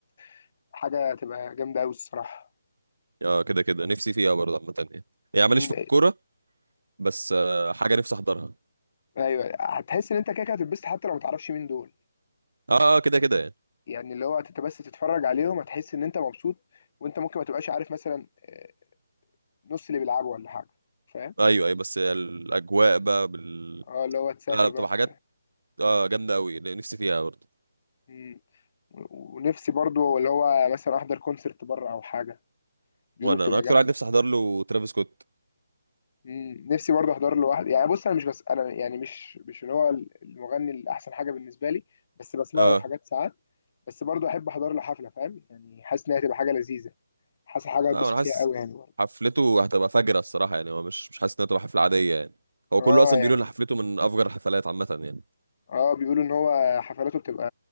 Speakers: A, on the left; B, on the right.
A: فحاجه تبقى جامده قوي الصراحه
B: اه كده كده نفسي فيها برضه عامه يعني يعني
A: امم
B: ماليش في الكوره بس آه، حاجه نفسي احضرها
A: ايوه هتحس ان انت كده كده هتتبسط حتى لو ما تعرفش مين دول
B: اه آه، كده كده يعني
A: يعني اللي هو انت بس تتفرج عليهم هتحس ان انت مبسوط وانت ممكن ما تبقاش عارف مثلا آه، نص اللي بيلعبوا ولا حاجه فاهم
B: ايوه ايوه بس الاجواء بقى بال
A: اه اللي هو تسافر
B: لا لا بتبقى
A: بقى وبتاع
B: حاجات اه جامده قوي نفسي فيها برضه
A: مم. و- ونفسي برضو اللي هو مثلا احضر كونسرت بره او حاجه بيقولوا
B: وانا
A: بتبقى
B: انا اكتر
A: جامده
B: واحد نفسي احضر له ترافيس سكوت
A: مم. نفسي برضو احضر له واحد يعني بص انا مش بس انا يعني مش مش اللي هو المغني اللي احسن حاجه بالنسبه لي بس بسمع
B: اه
A: له حاجات ساعات بس برضو احب احضر له حفله فاهم يعني حاسس ان هي هتبقى حاجه لذيذه حاسس حاجه اتبسط
B: لا انا حاسس
A: فيها قوي يعني برضو
B: حفلته هتبقى فجرة الصراحة يعني هو مش مش حاسس انها تبقى حفلة عادية يعني هو
A: اه
B: كله اصلا
A: يعني
B: بيقولوا ان حفلته من افجر الحفلات عامة يعني
A: اه بيقولوا ان هو حفلاته بتبقى